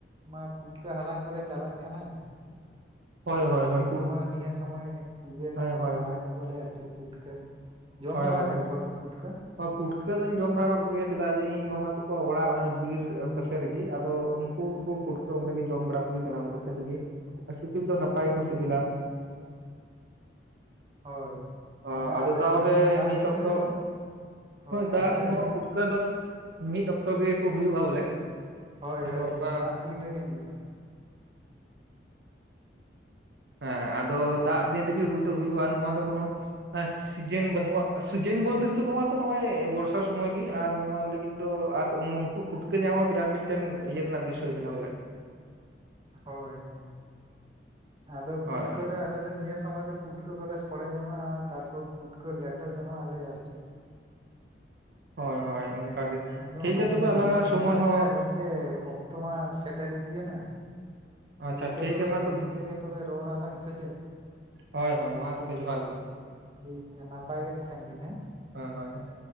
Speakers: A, on the right; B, on the right.
A: ᱢᱟ ᱯᱩᱴᱠᱟᱹ ᱦᱟᱞᱟᱝ ᱠᱚᱞᱮ ᱪᱟᱞᱟᱜ ᱠᱟᱱᱟ
B: ᱦᱳᱭ
A: ᱟᱫᱚ
B: ᱦᱳᱭ
A: ᱯᱩᱴᱠᱟᱹ
B: ᱦᱳᱭ
A: ᱠᱚᱦᱚᱸ ᱱᱤᱭᱟᱹ ᱥᱚᱢᱚᱭ ᱤᱭᱟᱹ
B: ᱦᱳᱭ
A: ᱠᱟᱱᱟ ᱠᱚ
B: ᱦᱳᱭ
A: ᱛᱟᱲᱟᱭᱮᱫ ᱠᱚᱣᱟᱞᱮ ᱟᱨ ᱪᱮᱫ ᱯᱩᱴᱠᱟᱹ ᱡᱚᱢ
B: ᱦᱚᱭ
A: ᱵᱟᱲᱟ
B: ᱦᱚᱭ
A: ᱟᱠᱟᱫ
B: ᱯᱩᱴ
A: ᱠᱚᱣᱟᱵᱤᱱ ᱯᱩᱴᱠᱟᱹ
B: ᱯᱩᱴᱠᱟᱹ ᱫᱚᱧ ᱡᱚᱢ ᱵᱟᱲᱟ ᱟᱠᱟᱫ ᱠᱚᱜᱮᱭᱟ ᱪᱮᱫᱟᱜ ᱡᱮ ᱤᱧ ᱢᱟᱢᱟ ᱛᱟᱠᱚᱣᱟᱜ ᱚᱲᱟᱜ ᱵᱤᱨ ᱯᱟᱥᱮ ᱨᱮᱜᱮ ᱟᱫᱚ ᱩᱱᱠᱩ ᱯᱩᱴᱠᱟᱹ ᱚᱸᱰᱮ ᱜᱮ ᱡᱚᱢ ᱵᱟᱲᱟ ᱦᱩᱭ ᱟᱠᱟᱱᱟ ᱩᱱᱠᱩ ᱴᱷᱮᱱᱜᱮ ᱟᱨ ᱥᱤᱵᱤᱞ ᱫᱚ ᱱᱟᱯᱟᱭ ᱜᱮᱠᱚ ᱥᱤᱵᱤᱞᱟ
A: ᱦᱳᱭ
B: ᱚ
A: ᱢᱟᱱᱮ
B: ᱟᱫᱚ
A: ᱟᱞᱮ
B: ᱛᱟᱦᱚᱞᱮ
A: ᱫᱚ ᱱᱤᱭᱟᱹ ᱫᱟᱜ
B: ᱱᱤᱛ
A: ᱫᱤᱱ
B: ᱚᱠᱛᱚ
A: ᱨᱮᱫᱚ ᱦᱳᱭ
B: ᱫᱟᱜ
A: ᱟᱞᱮ ᱫᱚ
B: ᱱᱚᱣᱟ
A: ᱱᱤᱭᱟᱹ
B: ᱯᱩᱴᱠᱟᱹ ᱫᱚ ᱢᱤᱫ ᱚᱠᱛᱚ ᱜᱮᱠᱚ ᱦᱩᱭᱩᱜᱼᱟ ᱵᱚᱞᱮ
A: ᱦᱳᱭ
B: ᱟᱫᱚ
A: ᱦᱳᱭ ᱱᱤᱭᱟᱹ
B: ᱚᱱᱟ
A: ᱫᱟᱜ ᱫᱤᱱ ᱨᱮᱜᱮ ᱦᱩᱭᱩᱜ ᱼᱟ
B: ᱦᱮᱸ ᱟᱫᱚ ᱫᱟᱜ ᱫᱤᱱ ᱨᱮᱜᱮ ᱦᱩᱭ ᱫᱚ ᱦᱩᱭᱩᱜᱼᱟ ᱱᱚᱣᱟ ᱫᱚ ᱠᱳᱱᱳ ᱥᱤᱡᱮᱱ ᱵᱟᱹᱱᱩᱜᱼᱟ ᱥᱤᱡᱮᱱ ᱵᱚᱞᱛᱮ ᱥᱮ ᱱᱚᱣᱟ ᱫᱚ ᱱᱚᱜᱼᱚᱭ ᱵᱚᱨᱥᱟ ᱥᱩᱢᱚᱭ ᱜᱮ ᱟᱨ ᱱᱚᱣᱟ ᱞᱟᱹᱜᱤᱫ ᱫᱚ ᱟᱨ ᱩᱱᱝᱠᱩ ᱯᱩᱴᱠᱟᱹ ᱧᱟᱢ ᱦᱚᱸ ᱵᱤᱨᱟᱴ ᱢᱤᱫᱴᱮᱱ ᱤᱭᱟᱹ ᱨᱮᱱᱟᱜ ᱵᱤᱥᱚᱭ ᱠᱟᱱᱟ ᱵᱚᱞᱮ
A: ᱦᱳᱭ ᱦᱳᱭ ᱟᱫᱚ
B: ᱦᱳᱭ
A: ᱯᱩᱴᱠᱟᱹ
B: ᱦᱳᱭ
A: ᱫᱚ ᱟᱞᱮ ᱫᱚ ᱱᱤᱭᱟᱹ ᱥᱚᱢᱚᱭ ᱫᱚ ᱯᱩᱴᱠᱟᱹ ᱠᱚᱞᱮ ᱥᱚᱲᱮ ᱡᱚᱝ ᱟ ᱛᱟᱨᱯᱚᱨ ᱯᱩᱴᱠᱟᱹ ᱞᱮᱴᱚ ᱡᱚᱝᱟᱜ ᱟᱞᱮ ᱟᱨ ᱪᱮᱫ
B: ᱦᱳᱭ ᱦᱳᱭ ᱚᱱᱠᱟ ᱜᱮ
A: ᱟᱫᱚ
B: ᱴᱷᱤᱠ
A: ᱚᱱᱟᱜᱤᱧ
B: ᱜᱮᱭᱟ ᱛᱚᱵᱮ
A: ᱠᱩᱞᱤ
B: ᱟᱞᱟᱝᱟᱜ
A: ᱠᱮᱫ ᱵᱤᱱᱟ
B: ᱥᱚᱢᱚᱭ
A: ᱟᱪᱪᱷᱟ
B: ᱦᱚᱸ
A: ᱜᱚᱝᱠᱮ ᱚᱠᱛᱚ ᱢᱟ ᱥᱮᱴᱮᱨ ᱤᱫᱤᱭᱮᱱᱟ
B: ᱟᱪᱪᱷᱟ
A: ᱱᱤᱝᱠᱟᱹ
B: ᱴᱷᱤᱠ
A: ᱛᱚᱵᱮ
B: ᱜᱮᱭᱟ ᱢᱟ
A: ᱱᱤᱝᱠᱟᱹ ᱜᱮ ᱛᱚᱵᱮ ᱨᱚᱲ ᱟᱞᱟᱝ ᱥᱮ ᱪᱮᱫ
B: ᱦᱳᱭ ᱦᱳᱭ ᱢᱟ ᱛᱚᱵᱮ ᱡᱚᱦᱟᱨ ᱜᱮ
A: ᱴᱷᱤᱠᱜᱮᱭᱟ ᱱᱟᱯᱟᱭ ᱜᱮ ᱛᱟᱦᱮᱱ ᱵᱤᱱ ᱦᱮᱸ
B: ᱦᱳᱭ ᱦᱚᱭ ᱦᱚᱭ